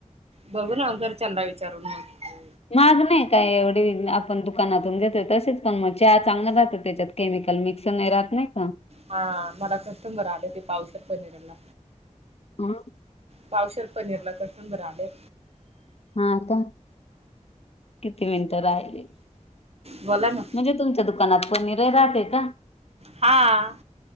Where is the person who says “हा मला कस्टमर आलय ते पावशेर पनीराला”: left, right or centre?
Right